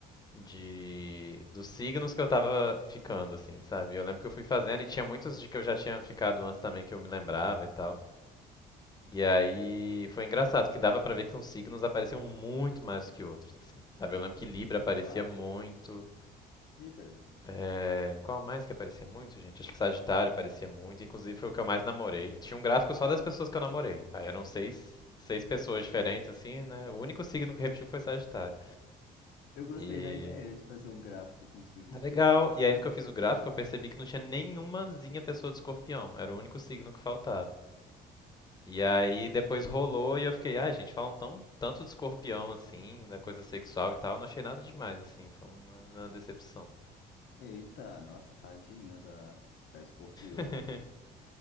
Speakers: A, on the left; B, on the left.
A: de dos signos que eu tava ficando, assim, sabe? Eu lembro que eu fui fazendo e tinha muitos de que eu já tinha ficado antes também que eu me lembrava e tal. E aí foi engraçado que dava pra ver que uns signos apareciam muito mais do que outros, assim, sabe? Eu lembro que Libra
B: tipo
A: aparecia
B: Ares.
A: muito.
B: Libra.
A: É, Qual mais que aparecia muito, gente? Acho que Sagitário aparecia muito. Inclusive foi o que eu mais namorei. Tinha um gráfico só das pessoas que eu namorei. Aí eram seis, seis pessoas diferentes, assim, né? O único signo que repetiu foi Sagitário.
B: Eu gostei
A: E
B: da ideia de fazer um gráfico com signos
A: É legal.
B: das pessoas.
A: E aí, no que eu fiz o gráfico, eu percebi que não tinha nenhumazinha pessoa de escorpião. Era o único signo que faltava. E aí, depois rolou e eu fiquei, ah gente, falam tão, tanto de escorpião, assim, da coisa sexual e tal. Não achei nada demais, assim. Foi uma, uma decepção.
B: Eita, nossa, tadinha da, da escorpioa.
A: <laughs>